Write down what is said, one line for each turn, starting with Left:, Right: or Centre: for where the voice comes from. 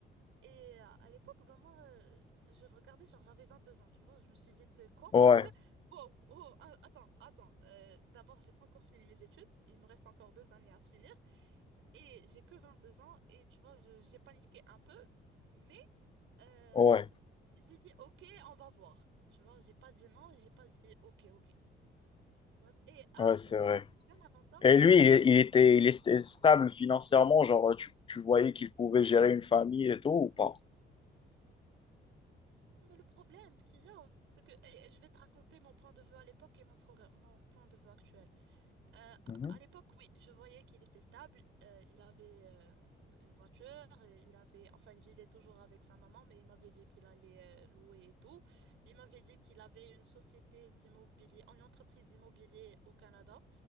Right: Et à à l'époque, vraiment, euh, je regardais, genre j'avais 22 ans, tu vois. Je me suis dit, euh, quoi? <laughs>
Left: ouais,
Right: Wow, oh, un- attends, attends. Euh, d'abord, j'ai pas encore fini mes études. Il me reste encore deux années à finir. Et j'ai que 22 ans. Et tu vois, je- j'ai paniqué un peu. Mais euh,
Left: ouais,
Right: j'ai dit, OK, on va voir. Tu vois, j'ai pas dit non. J'ai pas dit OK, OK. Bref. Et ah,
Left: ouais, c'est
Right: euh,
Left: vrai.
Right: oui, bien avant ça,
Left: Et lui, il,
Right: euh,
Left: il était, il était stable financièrement, genre tu, tu voyais qu'il pouvait gérer une famille et tout ou pas?
Right: mais le problème qu'il y a, c'est que eh, je vais te raconter mon point de vue à l'époque et mon, progr- mon point de vue actuel. Euh,
Left: Mhm.
Right: à l'époque, oui, je voyais qu'il était stable. Euh, il avait euh, une voiture, et il avait, enfin, il vivait toujours avec sa maman, mais il m'avait dit qu'il allait euh, louer et tout. Il m'avait dit qu'il avait une société d'immobilier, une entreprise d'immobilier au Canada